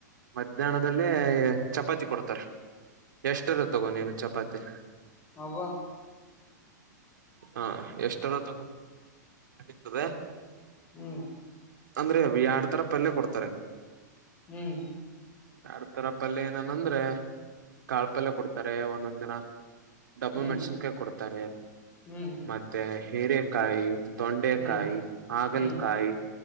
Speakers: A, on the right; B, on the left.
A: ಮಧ್ಯಾಹ್ನದಲ್ಲೇ ಚಪಾತಿ ಕೊಡ್ತಾರೆ. ಎಷ್ಟರ ತಗೋ ನೀನು ಚಪಾತಿ
B: ಹಬ
A: ಹಾ ಎಷ್ಟರ ತಗೊಂಡ <unintelligible> ಕಡತದೆ
B: ಹ್ಮ್
A: ಅಂದ್ರೆ ಎರಡ್ತರ ಪಲ್ಯ ಕೊಡ್ತಾರೆ.
B: ಹ್ಮ್
A: ಎರಡ್ತರ ಪಲ್ಯ ಏನನ್ಂದ್ರೆ ಕಾಳ ಪಲ್ಯ ಕೊಡ್ತಾರೆ ಒಂದೊಂದ್ ದಿನ ಡಬ್ಬು
B: ಹ್ಮ್
A: ಮೆಣಸಿನಕಾಯಿ ಕೊಡ್ತಾರೆ
B: ಹ್ಮ್
A: ಮತ್ತೆ ಹೀರೆಕಾಯಿ ತೊಂಡೆಕಾಯಿ
B: ಹ್ಮ್
A: ಹಾಗಲಕಾಯಿ
B: ಹ್ಮ್